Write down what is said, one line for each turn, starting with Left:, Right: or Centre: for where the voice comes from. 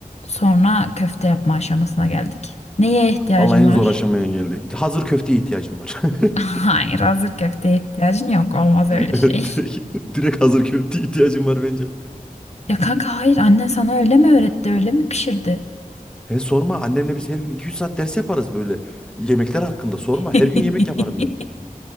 Left: Sonra köfte yapma aşamasına geldik. Neye ihtiyacın
Centre: Vallahi
Left: var?
Centre: en zor aşamaya geldik. Hazır köfteye ihtiyacım var.
Left: <laughs>
Centre: <laughs>
Left: Hayır, hazır köfteye ihtiyacın yok. Olmaz öyle
Centre: Evet
Left: şey.
Centre: direkt, direkt hazır köfteye ihtiyacım var bence.
Left: Ya kanka hayır anne sana öyle mi öğretti, öyle mi pişirdi?
Centre: He sorma annemle biz her gün iki üç saat ders yaparız böyle. Yemekler hakkında sorma.
Left: <laughs>
Centre: Her gün yemek yaparım ben.